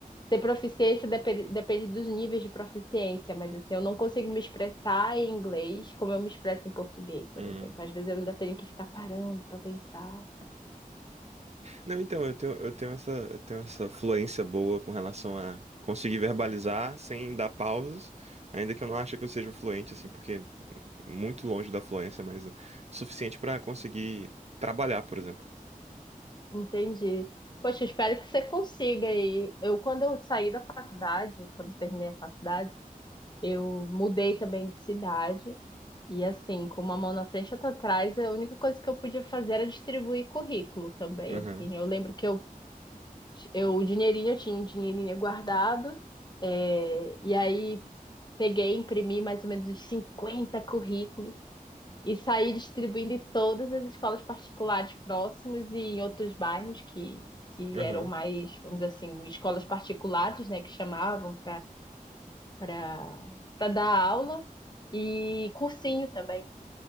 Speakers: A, on the left; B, on the right.
A: Ter proficiência depende, depende dos níveis de proficiência, mas assim, eu não consigo me expressar em inglês como eu me expresso em português, por
B: hum.
A: exemplo. Às vezes eu ainda tenho que ficar parando para pensar.
B: Não, então, eu tenho, eu tenho essa, eu tenho essa fluência boa com relação a conseguir verbalizar sem dar pausas, ainda que eu não ache que eu seja fluente, assim, porque muito longe da fluência, mas o suficiente para conseguir trabalhar, por exemplo.
A: Entendi. Poxa, eu espero que você consiga aí. Eu, quando eu saí da faculdade, quando eu terminei a faculdade, Eu mudei também de cidade. E assim, com uma mão na frente e outra atrás, a única coisa que eu podia fazer era distribuir currículo também,
B: Aham,
A: assim. Eu lembro que eu, eu o dinheirinho, eu tinha um dinheirinho guardado, é, e aí peguei, imprimi mais ou menos uns 50 currículos e saí distribuindo em todas as escolas particulares próximas e em outros bairros que, que
B: aham,
A: eram mais, vamos dizer assim, escolas particulares, né, que chamavam para para dar aula e cursinho também.